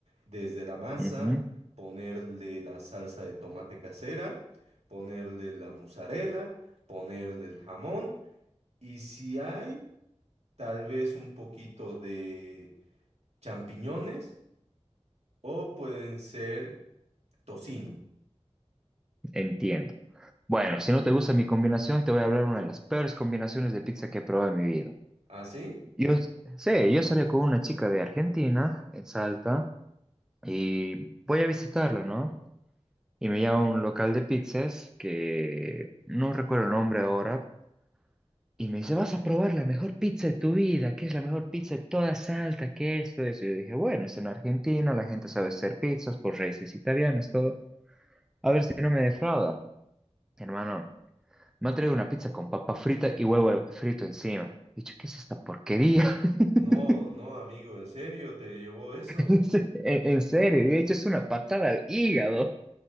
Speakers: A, on the right; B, in the centre.
A: desde la masa,
B: Ujú,
A: ponerle la salsa de tomate casera, ponerle la mozzarella, ponerle el jamón y si hay, tal vez un poquito de champiñones o pueden ser tocino.
B: entiendo. Bueno, si no te gusta mi combinación, te voy a hablar una de las peores combinaciones de pizza que he probado en mi vida.
A: ¿Así?
B: Yo, s- sí, yo salía con una chica de Argentina, en Salta, y voy a visitarla, ¿no? Y me lleva a un local de pizzas que no recuerdo el nombre ahora, Y me dice, vas a probar la mejor pizza de tu vida, que es la mejor pizza de toda Salta, que esto, eso. Y yo dije, bueno, es en Argentina, la gente sabe hacer pizzas por raíces italianas, todo. A ver si no me defrauda. Hermano, me ha traído una pizza con papa frita y huevo frito encima. He dicho, ¿qué es esta porquería? <laughs>
A: No, no, amigo, ¿en serio te llevó eso?
B: En se- en- en serio, he dicho, es una patada al hígado.